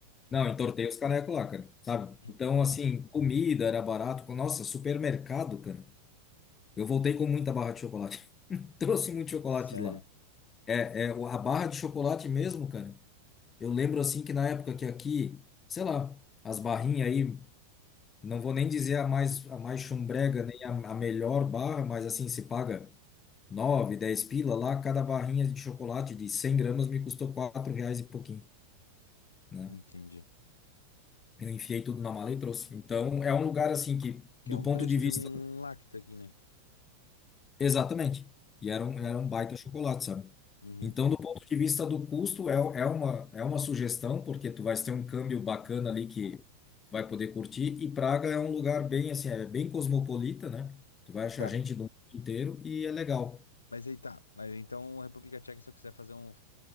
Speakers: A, on the left; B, on the left.
A: Não, entortei os canecos lá, cara, sabe? Então,
B: Hum.
A: assim, comida era barato. Nossa, supermercado, cara. Eu voltei com muita barra de chocolate. <laughs> Trouxe muito chocolate
B: Sério?
A: de lá. É, é, a barra de chocolate mesmo, cara. Eu lembro, assim, que na época que aqui, sei lá, as barrinhas aí. Não vou nem dizer a mais, a mais chumbrega, nem a, a melhor barra, mas assim, se paga 9, 10 pila lá, cada barrinha de chocolate de 100 gramas me custou 4 reais e pouquinho, né?
B: Entendi.
A: Eu enfiei tudo na mala e trouxe. Então, é um lugar assim que,
B: Que
A: do
B: é um
A: ponto
B: preço
A: de vista
B: de um lacta aqui, né?
A: Exatamente. E era um,
B: Sim.
A: era um baita chocolate, sabe?
B: Uhum.
A: Então, do Uhum. ponto de vista do custo, é, é uma, é uma sugestão, porque tu vais ter um câmbio bacana ali que tu vai poder curtir. E Praga é um lugar bem, assim, é bem cosmopolita, né? Tu vai achar
B: Tá,
A: gente do mundo inteiro e é legal.
B: mas aí tá. Mas então a República Tcheca, se eu quiser fazer um.